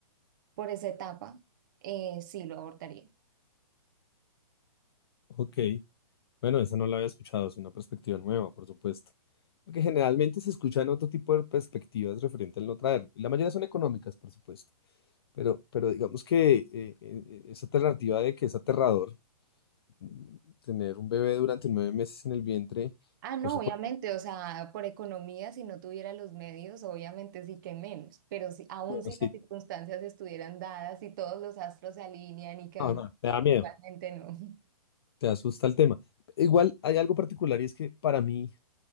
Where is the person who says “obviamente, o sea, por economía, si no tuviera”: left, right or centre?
Right